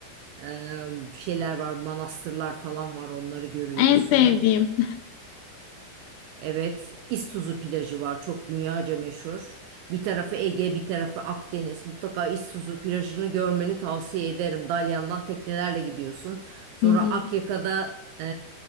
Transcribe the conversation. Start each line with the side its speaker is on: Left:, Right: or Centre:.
Right: Ee, şeyler var, manastırlar falan var. Onları görüyorsun.
Left: En sevdiğim.
Right: Evet, İztuzu plajı var çok dünyaca meşhur. Bir tarafı Ege, bir tarafı Akdeniz. Mutlaka İztuzu plajını görmeni tavsiye ederim. Dalyan'dan teknelerle gidiyorsun. Sonra
Left: <laughs> Hı hı.
Right: Akyaka'da eee,